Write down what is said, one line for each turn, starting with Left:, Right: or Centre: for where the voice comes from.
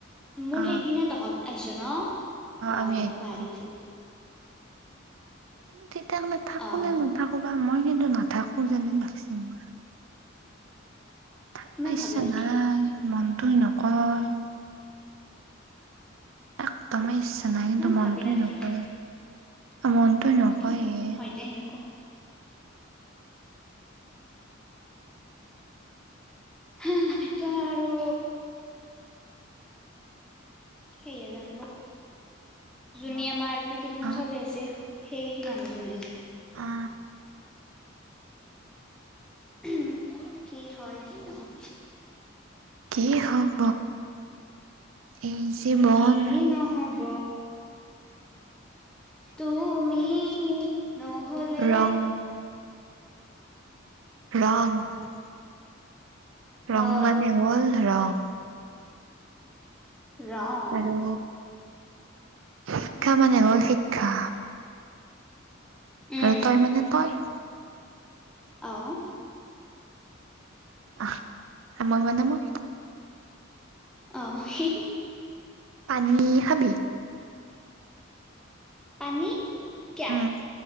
Centre: মোৰ
Right: অ
Centre: সেই দিনে তহঁত আহিছ ন? অ',
Right: আমি আহিছো
Centre: এতিয়া পাহাৰি আছিলো।
Right: <inaudible> তেতিয়াহ'লে থাকো
Centre: অ',
Right: নে নাথাকো বা। মই কিন্তু নাথাকো যেনেই লাগছে মোৰ। তাত,
Centre: ইমান
Right: পাইছা
Centre: ভাবি নাথকিবি
Right: না, মন তই নকয় একদমেই ইচ নাই কিন্তু
Centre: ইমান
Right: মনটোৱে
Centre: ভাবি নাথকিবি
Right: নকয়। আমন তই নকয়ে
Centre: উম, হয় দে সেনেকুৱা। হা সটো আৰু সিহে যানিব। যোনী
Right: মন
Centre: আমাৰ পৃথিৱীখন
Right: অ
Centre: চলাই আছে। সেই মানুহজনে হে যানিব।
Right: অ
Centre: উম, কি হ'ল কি নহ'ল।
Right: কি হব? এই জীৱন
Centre: কি নহ'ব তুমি নহ'লে
Right: ৰং <unintelligible> ৰং
Centre: অ',
Right: মানে হ'ল ৰং।
Centre: ৰং।
Right: আৰু শিক্ষা মানে হ'ল শিক্ষা।
Centre: উম,
Right: আৰু তই মানে তই।
Centre: অহ।
Right: আহ মই মানে মই।
Centre: অহ।
Right: পানী খাবি?
Centre: পানী কিয়া
Right: উম